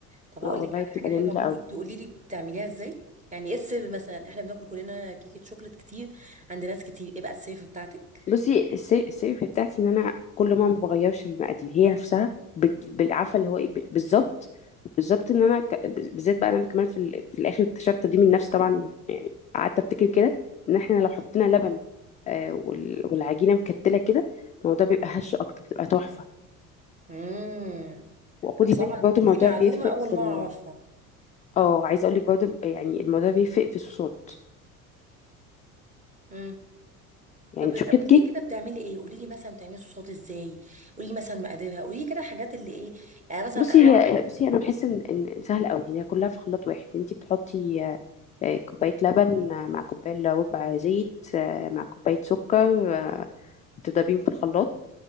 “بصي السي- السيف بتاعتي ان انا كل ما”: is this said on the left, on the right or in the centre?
Left